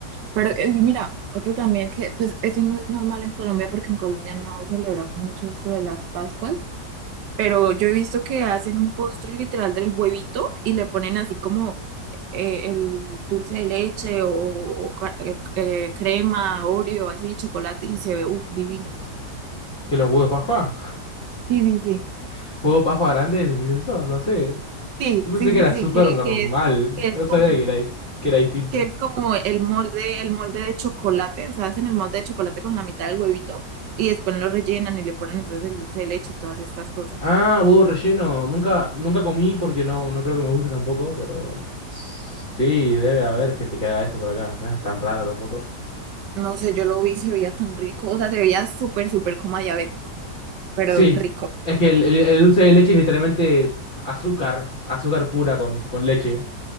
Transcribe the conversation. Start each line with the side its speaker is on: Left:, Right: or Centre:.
Right: Pero, eh, y mira, otro también que, pues, eso no es normal en Colombia porque en Colombia no celebramos mucho esto de las Pascuas, pero yo he visto que hacen un postre literal del huevito y le ponen así como eh, el dulce de leche o, o ca- eh, eh, crema, Oreo, así, chocolate y se ve, uff, divino.
Left: ¿Qué los huevos de Pascua?
Right: Sí, sí, sí.
Left: <laughs> ¿Huevos de Pascua grandes? ¿Decís eso? No sé.
Right: Sí,
Left: Yo pensé
Right: sí,
Left: que
Right: sí,
Left: era
Right: sí,
Left: súper
Right: que,
Left: normal.
Right: que es, que es
Left: No sabía
Right: como,
Left: que era, que era distinto.
Right: que es como el molde, el molde de chocolate, o sea, hacen el molde de chocolate con la mitad del huevito y después lo rellenan y le ponen entonces el dulce de leche y todas estas cosas.
Left: Ah, huevo relleno. Nunca, nunca comí porque no, no creo que me guste tampoco, pero sí, debe haber gente que haga eso por acá. No es tan raro tampoco.
Right: No sé, yo lo vi, y se veía tan rico, o sea, se veía súper, súper como diabético, pero
Left: Sí,
Right: rico.
Left: es que el, el- el dulce de leche es literalmente azúcar, azúcar pura con, con leche.